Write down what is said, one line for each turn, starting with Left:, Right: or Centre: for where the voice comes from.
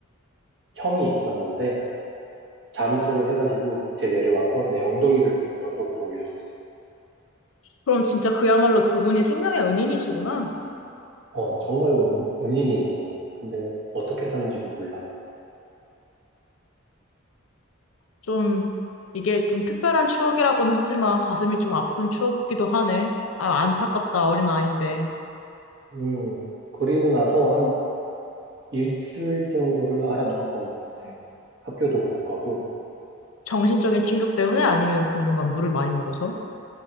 Right: 형이 있었는데, 잠수를 해가지고 밑에 내려와서 내 엉덩이를 밀어서 위로 올려줬어.
Left: 그럼 진짜 그야말로 그분이 생명의 은인이시구나.
Right: 어, 정말 은, 은인이지. 근데 어떻게 사는지도 몰라.
Left: 좀, 이게 좀 특별한 추억이라고는 하지만 가슴이 좀 아픈 추억이기도 하네. 아, 안타깝다, 어린 아이인데.
Right: 음, 그리고 나서 한 일주일 정도를 알아누웠던 것 같아. 학교도 못 가고,
Left: 정신적인 충격 때문에 아니면 그 뭔가 물을 많이 먹어서?